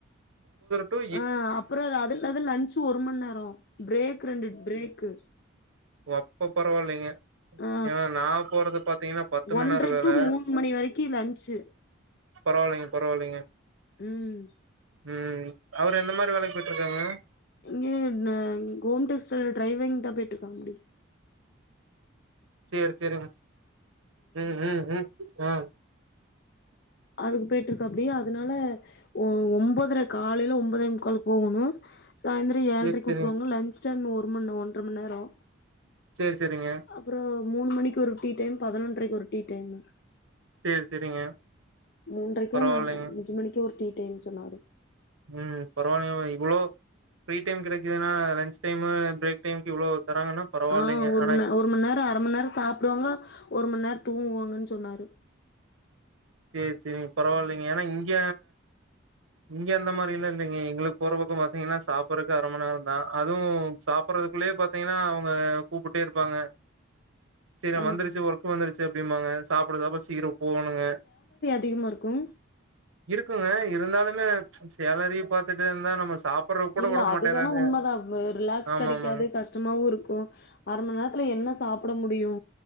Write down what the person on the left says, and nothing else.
ஆ அப்பற அது இல்லாத லன்ச் ஒரு மண் நேரோ பிரேக்கு ரெண்டு ப்ரேக்கு
ஆ
ஒன்ரை
டு மூணு மணி வரைக்கு லன்ச்சு
ம்
இங்க ந ங் கோம் டெக்ஸ்டைல் ட்ரைவிங்தா போய்ட்ருக்காங்ப்டி
அதுக்கு போய்ட்ருக்காப்டி அதனால ஒ ஒம்பதரை காலைல ஒம்போதே முக்காலுக்கு போகோணு சாயந்தர ஏழ்ரைக்கி
உட்ருவாங்க லன்ச் டைம் ஒரு ஒரு மண் ஒன்ர மண் நேரோ
அப்புறோ மூணு மணிக்கி ஒரு டீ டைம் பதனொன்ரைக்கு ஒரு டீ டைமு
மூன்ரைக்கோ
ந அஞ்சு மணிக்கோ ஒரு டீ டைம் சொன்னாரு
ஆ ஒரு
மண் நே ஒரு மண் நேரோ அர மண் நேரோ சாப்டுவாங்க ஒரு மண் நேர தூங்குவாங்கன்னு சொன்னாரு
ம்
திகமா இருக்கு
இல்ல
அது
வேண்ணா உண்மதா அ ரிலாக்ஸ்
கெடைக்காது
கஷ்டமாவு இருக்கு அர மண் நேரத்துல என்ன சாப்பட முடியு